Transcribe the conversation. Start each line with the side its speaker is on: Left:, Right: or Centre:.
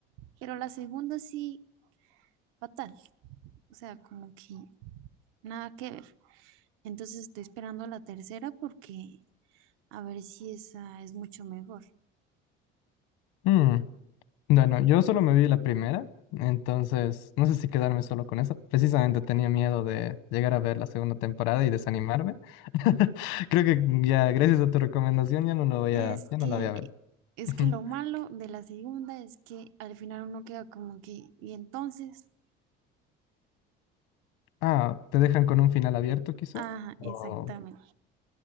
Right: pero la segunda sí, fatal, o sea, como que nada que ver. Entonces estoy esperando la tercera porque a ver si esa es mucho mejor.
Left: Mm, Bueno, yo solo me vi la primera, entonces no sé si quedarme solo con eso. Precisamente tenía miedo de llegar a ver la segunda temporada y desanimarme. <laughs> Creo que ya, gracias a tu recomendación, ya no lo voy
Right: Es
Left: a, ya no
Right: que,
Left: la voy a ver.
Right: es
Left: <laughs>
Right: que lo malo de la segunda es que al final uno queda como que, y entonces,
Left: Ah, ¿te dejan con un final abierto quizá?
Right: ajá,
Left: O...
Right: exactamente,